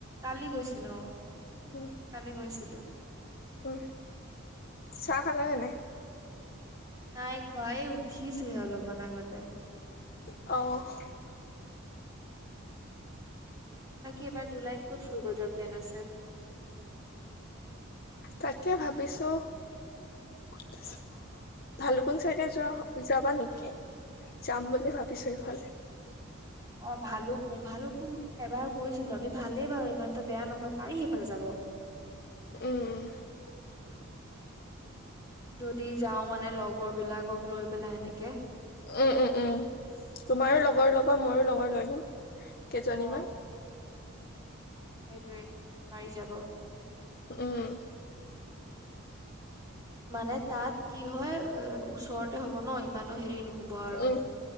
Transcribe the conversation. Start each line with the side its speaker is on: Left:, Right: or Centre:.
Right: কালি গৈছিলো অ',
Left: উম
Right: কালি গৈছিলো।
Left: উম, চাহ খালানে নাই?
Right: নাই খোৱা এই উঠিছোহে অলপমান আগতে।
Left: অ'।
Right: বাকী এইবাৰ জুলাইত ক'ত ফুৰিব যোৱাৰ প্লেন আছে?
Left: তাকে ভাবিছো <unintelligible> ভালুপুং চাইডে যোৱা, যাবা নেকি? যাম বুলি ভাবিছো ইফালে।
Right: অ ভালুকপুং-ভালুকপুং এবাৰ গৈছিলো আমি, ভালেই বাৰু ইমান এটা বেয়া নহয় পাৰি সেইফালে যাব।
Left: উম, উম।
Right: যদি যাও মানে লগৰ বিলাকক লৈ পেলাই এনেকে।
Left: উম, উম, উম, তোমাৰো লগৰ ল'বা মোৰো লগৰ লৈ ল'ম কেইজনী
Right: অ'
Left: মান।
Right: সেইটোৱে পাৰি যাব।
Left: উম।
Right: মানে তাত কি হয় এ, ওচৰতে হ'ব ন ইমানো হেৰি নহ'ব। আৰু।
Left: উম,